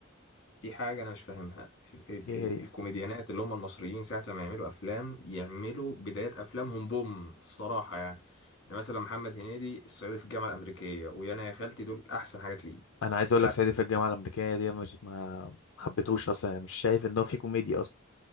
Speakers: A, on the left; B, on the left.
A: في حاجة أنا مش فاهمها ال ال
B: ايه
A: ال مم.
B: هي
A: الكوميديانات اللي هم المصريين ساعة لما يعملوا أفلام يعملوا بداية أفلامهم بوم الصراحة يعني يعني مثلا محمد هنيدي الصعيدي في الجامعة الأمريكية ويانا يا خالتي دول أحسن حاجات ليه
B: انا عايز اقول
A: مش
B: لك
A: عارف
B: صعيدي في الجامعه الامريكيه دي مش ما حبيتهوش اصلا يعني مش شايف ان هو فيه كوميديا اصلا